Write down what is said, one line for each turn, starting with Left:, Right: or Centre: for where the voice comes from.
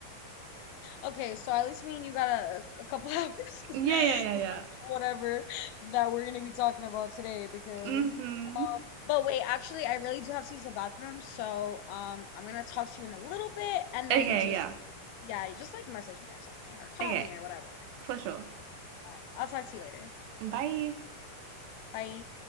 Left: Okay, so at least me and you got a, a couple <laughs> hours left
Right: yeah, yeah, yeah,
Left: of
Right: yeah.
Left: whatever that we're gonna be talking about today because
Right: Mhm.
Left: um but wait, actually I really do have to use the bathroom, so um I'm gonna talk to you in a little bit and
Right: Okay,
Left: then just
Right: yeah.
Left: yeah, just like message me or something or call
Right: Okay,
Left: me or whatever.
Right: for sure.
Left: All right, I'll talk to you later.
Right: Bye.
Left: Bye.